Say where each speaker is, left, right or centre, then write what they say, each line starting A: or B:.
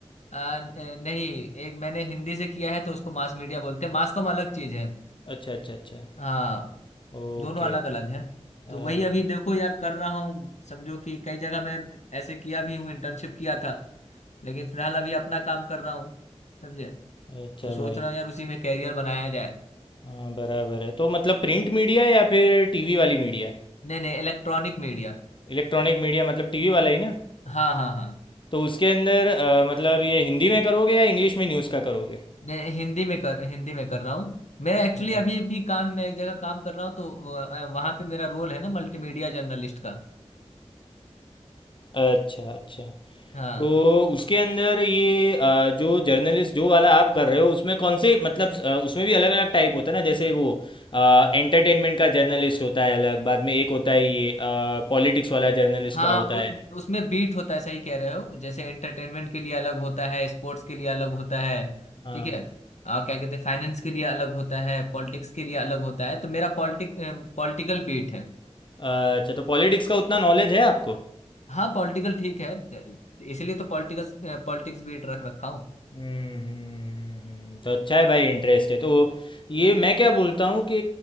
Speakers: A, on the left; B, on the left.
A: आ, न- नहीं एक मैंने हिंदी से किया है तो उसको मास मीडिया बोलते हैं मास कॉम अलग चीज है
B: अच्छा अच्छा अच्छा
A: हाँ
B: ओके
A: दोनों अलग अलग है तो
B: अच्छा
A: वही अभी देखो यार कर रहा हूँ समझो कि कई जगह मैं ऐसे किया भी हूँ इंटर्नशिप किया था लेकिन फिलहाल अभी अपना काम कर रहा हूँ समझे
B: अच्छा
A: तो सोच
B: भाई
A: रहा हूँ यार उसी में कैरियर बनाया जाए
B: हाँ बराबर है तो मतलब प्रिंट मीडिया या फिर टीवी वाली मीडिया
A: नहीं नहीं इलेक्ट्रॉनिक मीडिया
B: इलेक्ट्रॉनिक मीडिया मतलब टीवी वाला ही ना
A: हाँ हाँ हाँ
B: तो उसके अंदर अ, मतलब ये हिंदी में करोगे या इंग्लिश में न्यूज़ का करोगे
A: मैं हिंदी में कर हिंदी में कर रहा हूँ मैं एक्चुअली
B: अच्छा
A: अभी भी काम मैं एक जगह काम कर रहा हूँ तो वहां पे मेरा रोल है ना मल्टीमीडिया जर्नलिस्ट का
B: अच्छा अच्छा
A: हाँ
B: तो उसके अंदर ये अ, जो जर्नलिस्ट जो वाला आप कर रहे हो उसमें कौन से मतलब अ, उसमें भी अलग अलग टाइप होता है ना जैसे वो एंटरटेनमेंट का जर्नलिस्ट होता है अलग बाद में एक होता है ये पॉलिटिक्स वाला जर्नलिस्ट
A: हाँ
B: का होता
A: उ,
B: है
A: उसमें बीट होता है सही कह रहे हो जैसे एंटरटेनमेंट के लिए अलग होता है स्पोर्ट्स के लिए अलग होता है
B: हाँ
A: ठीक है आ, क्या कहते हैं फाइनेंस के लिए अलग होता है पॉलिटिक्स के लिए अलग होता है तो मेरा पॉलिटिक पॉलिटिकल बीट है
B: अच्छा तो पॉलिटिक्स का उतना नॉलेज है आपको
A: हाँ पॉलिटिकल ठीक है इसलिए तो पॉलिटिकल पॉलिटिक्स बीट रख रखा हूँ
B: हम्म हम्म, हम्म, हम्म। तो अच्छा है भाई इंटरेस्ट है तो ये मैं क्या बोलता हूँ कि